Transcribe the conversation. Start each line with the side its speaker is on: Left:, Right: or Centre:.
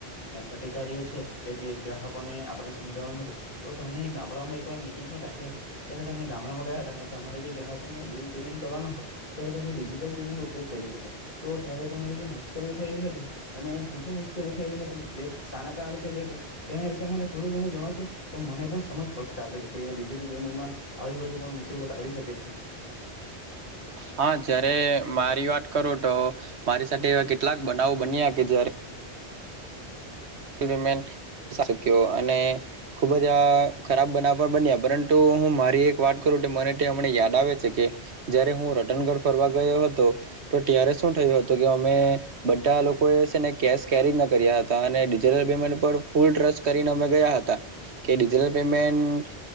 Left: અધિકારીઓ છે આપણે જે ગ્રાહકોને આપણે સમજાવવાનું હતું તો તમે ગામડામાં એકવાર મીટિંગ પણ રાખી હતી ત્યારે તમે ગામડામાં ગયા હતા અને તમારે જે ગ્રાહકોને બિલ પેમેન્ટ કરવાનું હતું ત્યારે તમે ડિજિ ટર પેમેન્ટ નો ઉપયોગ કર્યો હતો તો ત્યારે તમારી જે મુશ્કેલીઓ થયેલી હતી અને શું શું મુશ્કેલી થયેલી હતી જે સાના કારણે થયેલી હતી તેના વિશે મને થોડું ઘણું જણાવશો તો મને પણ સમજ પડશે આગળ કે ડિજટલ પેમેન્ટમાં આવી બધી પણ મુસીબત આવી શકે છે.
Right: હા જયારે મારી વાત કરું તો. મારી સાથે એવા કેટલાક. બનાવો બન્યા કે જયારે. ક્યો અને ખુબ જ આ ખરાબ બનાવ પણ બન્યા પરંતુ હું મારી એક વાત કરું મનેમને યાદ આવે છે કે જયારે હું રટનગઢ ફરવા ગયો હતો તો ત્યારે શું થયું હતું કે અમે બધા લોકો એ છે ને કેશ કેરી ના કર્યા હતા અને. લ પેમેન્ટ પર ફૂલ ટ્રસ્ટ કરીને અમે ગયા હતા કે ડિજિટલ પેમેન્ટ